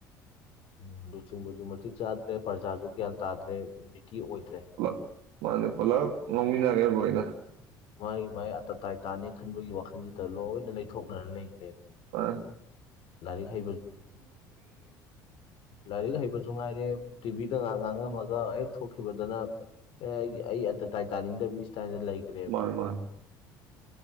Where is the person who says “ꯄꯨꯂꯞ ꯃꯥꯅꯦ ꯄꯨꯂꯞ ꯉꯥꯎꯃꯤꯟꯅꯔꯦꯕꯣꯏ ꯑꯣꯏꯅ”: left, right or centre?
Right